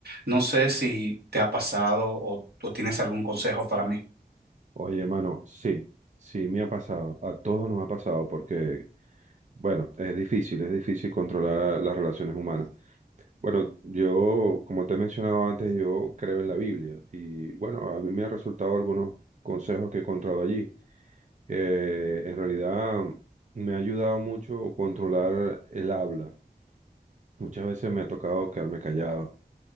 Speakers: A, on the right; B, on the right.
A: No sé si te ha pasado o o tienes algún consejo para mí.
B: Oye, hermano, sí, sí me ha pasado, a todos nos ha pasado porque, bueno, es difícil, es difícil controlar las relaciones humanas. Bueno, yo, como te he mencionado antes, yo creo en la Biblia y, bueno, a mí me han resultado algunos consejos que he encontrado allí. Eh, en realidad me ha ayudado mucho controlar el habla. Muchas veces me ha tocado quedarme callado,